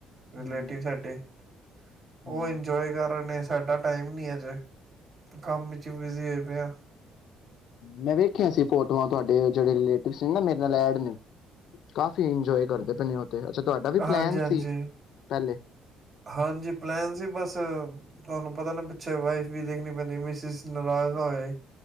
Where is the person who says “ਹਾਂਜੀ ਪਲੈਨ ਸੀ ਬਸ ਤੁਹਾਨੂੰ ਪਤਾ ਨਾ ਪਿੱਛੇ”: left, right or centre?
Right